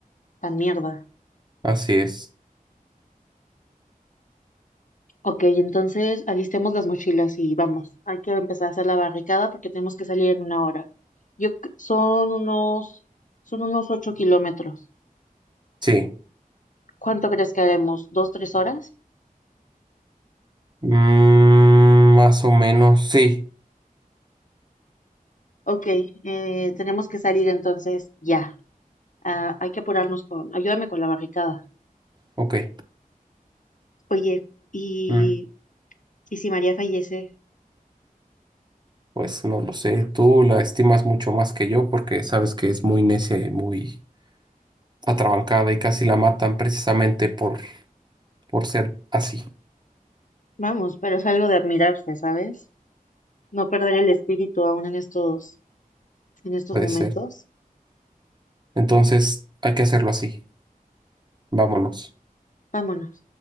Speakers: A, on the left (about 60°); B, on the right (about 30°).
A: tan mierda?
B: así es.
A: Ok, entonces alistemos las mochilas y vamos. Hay que empezar a hacer la barricada porque tenemos que salir en una hora. Yo, c- son unos, son unos ocho kilómetros.
B: Sí.
A: ¿Cuánto crees que haremos? ¿Dos, tres horas?
B: Mm, más o menos, sí.
A: Ok, eh, tenemos que salir entonces ya. Ah, hay que apurarnos con, ayúdame con la barricada.
B: Ok.
A: Oye, y,
B: Mm,
A: y si María fallece,
B: pues no lo sé. Tú la estimas mucho más que yo porque sabes que es muy necia y muy atrabancada y casi la matan precisamente por, por ser así.
A: vamos, pero es algo de admirarse, ¿sabes? No perder el espíritu aún en estos, en estos
B: Puede
A: momentos.
B: ser. Entonces hay que hacerlo así. Vámonos.
A: Vámonos.